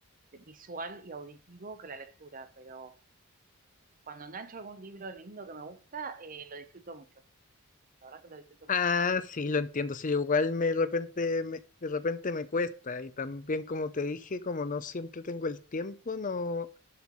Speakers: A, on the right; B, on the left.
A: de visual y auditivo que la lectura, pero cuando engancho algún libro lindo que me gusta, eh, lo disfruto mucho, la verdad que lo disfruto mucho.
B: Ah, sí, lo entiendo. Sí, igual me de repente me, de repente me cuesta y también como te dije, como no siempre tengo el tiempo, no